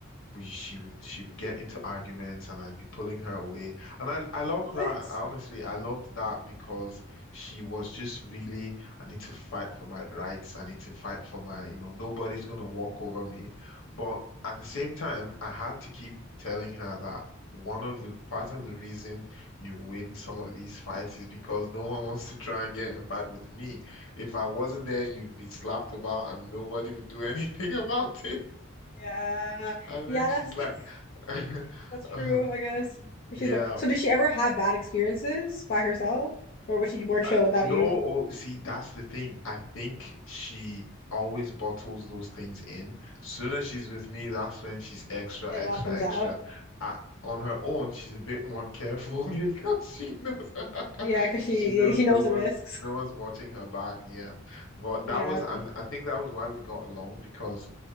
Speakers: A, on the left; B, on the left.
A: we she would she would get into arguments and I'd be pulling her away. And I I loved
B: What?
A: that. I honestly I loved that because she was just really I need to fight for my rights. I need to fight for my, you know, nobody's gonna walk over me. But at the same time, I had to keep telling her that one of the part of the reason you win some of these fights is because no one wants to try and get in a fight with me. If I wasn't there, you'd be slapped about and nobody would do anything <laughs> about
B: Yeah.
A: and
B: Yeah,
A: then she's
B: that's,
A: like,
B: <laughs>
A: <laughs>
B: that's true,
A: uh,
B: I guess. But
A: yeah,
B: she was- So did she ever have bad experiences by herself? Or was she more chill
A: uh,
B: without
A: no.
B: you?
A: Oh, see, that's the thing. I think she always bottles those things in. Soon as she's with me, that's when she's extra,
B: Then
A: extra,
B: it all comes
A: extra.
B: out.
A: Uh, on her own, she's a bit more careful <laughs> because she knows <laughs>
B: Yeah, because she,
A: she knows
B: yeah, she knows
A: no one,
B: the risks.
A: no one's watching her back. Yeah, but
B: Yeah.
A: that was, and I think that was why we got along because